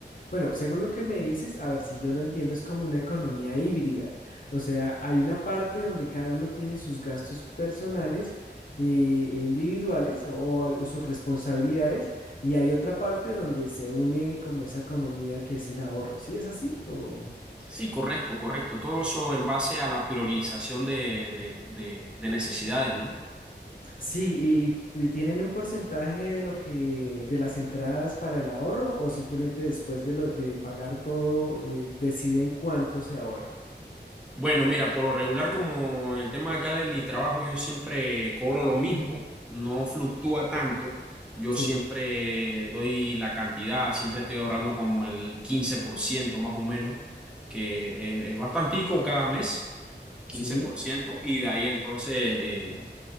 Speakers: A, on the left (about 50°); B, in the centre.
A: Bueno, según lo que me dices, a ver si yo lo entiendo, es como una economía híbrida. O sea, hay una parte donde cada uno tiene sus gastos personales e individuales o, al- o sus responsabilidades y hay otra parte donde se une como esa economía que es el ahorro. ¿Sí es así? O...
B: Sí, correcto, correcto. Todo eso en base a la priorización de, de, de, de necesidades, ¿no?
A: Sí, y, y- y tienen un porcentaje de lo que de las entradas para el ahorro o simplemente después de lo de pagar todo eh, deciden cuánto se ahorra.
B: Bueno, mira, por lo regular, como en el tema acá de mi trabajo, yo siempre cobro lo mismo, no fluctúa tanto. Yo
A: Sí,
B: siempre doy la cantidad, siempre estoy ahorrando como el 15% más o menos, que es, es bastantico cada mes, quince
A: sí,
B: por ciento, y de ahí entonces eh,